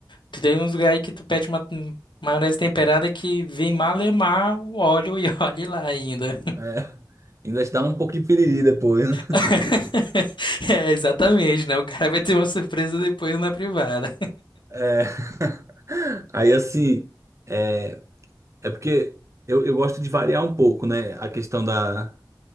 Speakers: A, on the left; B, on the right.
A: Tu tem uns lugares aí que tu pede uma hum, maionese temperada que vem malemar o óleo e <laughs> olhe lá ainda.
B: É. <laughs> Ainda te dá um pouco de piriri depois, né?
A: <laughs> É, exatamente, né? O cara vai ter uma surpresa depois na privada.
B: É. <laughs> Aí, assim, é, é porque eu, eu gosto de variar um pouco, né? A questão da.